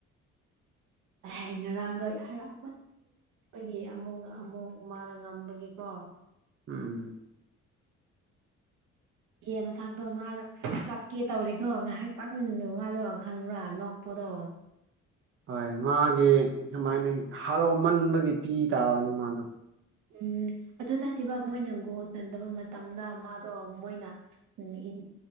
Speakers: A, on the right; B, on the right.
A: ꯑꯦꯍꯦ ꯉꯔꯥꯡꯗꯣ ꯍꯔꯥꯎ ꯃꯟꯕꯒꯤ ꯑꯃꯨꯛ ꯑꯃꯨꯛ ꯃꯥꯅ ꯉꯝꯕꯒꯤꯀꯣ
B: ꯎꯝ
A: ꯑꯦ ꯃꯁꯥꯛꯇꯣ ꯃꯥꯗꯣ ꯀꯞꯀꯦ ꯇꯧꯔꯤꯀꯣ ꯉꯥꯏꯍꯥꯛꯇꯪꯗꯣ ꯃꯥꯗꯣ ꯈꯪꯕ꯭ꯔꯥ ꯅꯣꯛꯄꯗꯣ
B: ꯍꯣꯏ ꯃꯥꯒꯤ ꯑꯃꯥꯏꯅ ꯍꯔꯥꯎꯃꯟꯕꯒꯤ ꯄꯤ ꯇꯥꯕꯅꯤ ꯃꯥꯗꯣ
A: ꯎꯝ ꯑꯗꯨ ꯅꯠꯇꯦꯕ ꯃꯣꯏꯅ ꯒꯣꯜ ꯆꯟꯗꯕ ꯃꯇꯝꯗ ꯃꯥꯗꯣ ꯃꯣꯏꯅ ꯎꯝ ꯏꯟ